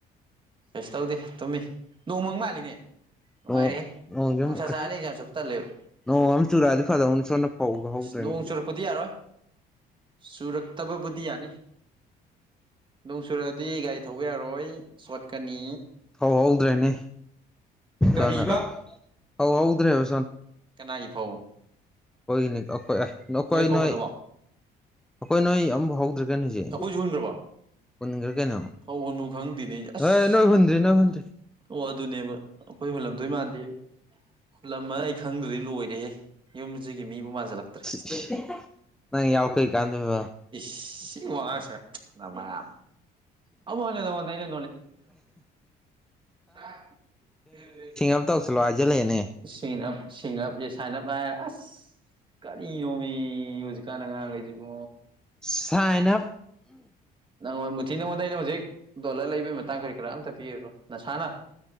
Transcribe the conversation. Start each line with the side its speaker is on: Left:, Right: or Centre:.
Right: ꯀꯩꯁꯨ ꯇꯧꯗꯦ ꯇꯨꯝꯃꯤ ꯅꯣꯡꯃꯪ ꯃꯥꯜꯂꯤꯅꯦ ꯅꯨꯡꯉꯥꯏꯔꯦꯍ‌ꯦ
Centre: ꯅꯣꯡ ꯅꯣꯡꯁꯦ
Right: ꯅꯨꯡꯁꯥ
Centre: ꯑꯃꯨꯛ
Right: ꯁꯥꯥꯔꯅꯤ ꯑꯦꯛꯖꯥꯝ ꯆꯠꯄ ꯇꯜꯂꯦꯕ
Centre: ꯅꯣꯡ ꯑꯃ ꯆꯨꯔꯛꯑꯗꯤ ꯐꯗꯧꯅꯤ ꯁꯣꯝꯗ ꯐꯧꯒ ꯍꯧꯗ꯭ꯔꯦꯅꯦ
Right: ꯅꯣꯡ ꯆꯨꯔꯛꯄꯗꯤ ꯌꯥꯔꯣꯏ꯫ꯥ ꯆꯨꯔꯛꯇꯕꯕꯨꯗꯤ ꯌꯥꯅꯤ ꯅꫭꯡ ꯆꯨꯔ ꯗꯤ ꯒꯥꯔꯤ ꯊꯧꯕ ꯌꯥꯔꯣꯏ ꯆꫭꯠꯀꯅꯤ
Centre: ꯐꯧ ꯍꯧꯗ꯭ꯔꯦꯅꯦ
Right: ꯀꯔꯤꯕ
Centre: ꯁꯣꯝꯗ ꯐꯧ ꯍꯧꯗ꯭ꯔꯦꯕ
Right: ꯀꯅꯥꯒꯤ ꯄꯥꯎ
Centre: ꯍꯣꯏꯅꯤ ꯈꯣꯏ ꯑꯈꯣꯏ
Right: ꯐꯧ
Centre: ꯅꯣꯏ
Right: ꯍꯨꯜꯂꯕꯣ
Centre: ꯑꯩꯈꯣꯏ ꯅꯣꯏ ꯑꯃꯐꯥꯎ ꯍꯧꯗ꯭ꯔꯦ ꯀꯩꯅꯣꯁꯦ
Right: ꯑꯩꯈꯣꯏꯁꯨ ꯍꯨꯟꯈ꯭ꯔꯕꯣ
Centre: ꯄꯨꯟꯈ꯭ꯔꯦ ꯀꯩꯅꯣ
Right: ꯐꯧ ꯍꯨꯟꯕꯨ ꯈꯪꯗꯦꯅꯦ ꯑꯩꯁꯦ ꯑꯁ
Centre: ꯍꯣꯏ ꯅꯣꯏꯍꯨꯟꯗ꯭ꯔꯤ ꯅꫭꯏꯍꯨꯟꯗ꯭ꯔꯤ
Right: ꯑꯣ ꯑꯗꯨꯅꯦꯕ ꯑꯈꯣꯏ ꯍꯨꯜꯂꯝꯗꯣꯏ ꯃꯥꯟꯗꯦꯕ ꯍꯨꯜꯂꯝꯃ ꯑꯩ ꯈꯪꯗ꯭ꯔꯗꯤ ꯂꯣꯏꯔꯦꯍꯦ ꯌꯨꯝꯖꯤꯒꯤ ꯃꯤꯕꯨ ꯃꯥꯟꯖꯜꯂꯛꯇ꯭ꯔꯦ
Centre: ꯁꯤ <unintelligible> ꯅꯪ ꯌꯥꯎ ꯀꯩ ꯀꯥꯟꯗꯨꯕ <unintelligible>
Right: ꯁꯤ ꯋꯥꯉꯥꯡ ꯁꯉꯥꯡ ꯅꯃꯥ ꯑꯃꯨꯛ ꯍꯟꯅ ꯅꯉꯣꯟꯗ ꯑꯩꯅ ꯁꯥ <unintelligible>
Centre: ꯑꯞ ꯇꯧꯁꯜꯂꯣ ꯍꯥꯏꯖꯜꯂꯛꯑꯦꯅꯦ
Right: ꯁꯤ ꯁꯤꯞ ꯁꯥꯏꯑꯞ ꯀ ꯑꯁ ꯀꯒꯥꯔꯤꯅꯣꯝꯃꯤ ꯍꯧꯖꯤꯛꯀꯥꯟꯗ ꯑꯉꯥꯡꯈꯩꯁꯤꯕꯣ
Centre: ꯁꯥꯏꯟ ꯑꯞ
Right: ꯅꯪꯉꯣꯟ ꯃꯨꯊꯤ ꯅꯪꯉꯣꯟꯗ ꯑꯩꯅ ꯍꯧꯖꯤꯛ ꯗꯣꯂꯔ ꯂꯩꯕꯩ ꯃꯇꯥꯡ ꯀꯔꯤ ꯀꯔꯥ ꯑꯝꯇꯛ ꯄꯤꯔꯔꯣꯏ ꯅꯁꯥꯅ